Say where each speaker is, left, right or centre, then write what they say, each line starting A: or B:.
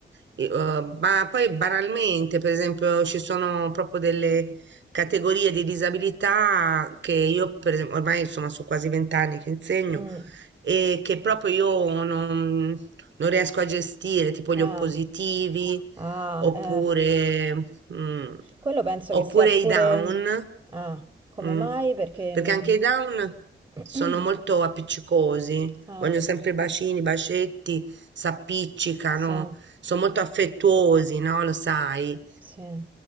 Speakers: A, on the right (about 65°); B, on the right (about 25°).
A: e, eh, ma poi banalmente, per esempio, ci sono proprio delle categorie di disabilità che io, per esempio, ormai insomma sono quasi vent'anni che insegno
B: Mm.
A: e che proprio io non, non riesco a gestire, tipo gli
B: Ah,
A: oppositivi,
B: ah,
A: oppure,
B: eh.
A: mm,
B: Quello penso
A: oppure
B: che sia pure...
A: i down,
B: Ah, come
A: mm,
B: mai? Perché...
A: perché
B: non-
A: anche i down
B: <clears throat>
A: sono molto appiccicosi,
B: Ah,
A: vogliono sempre bacini, bacetti, s'appiccicano,
B: sì,
A: sono molto affettuosi, no? Lo sai.
B: sì.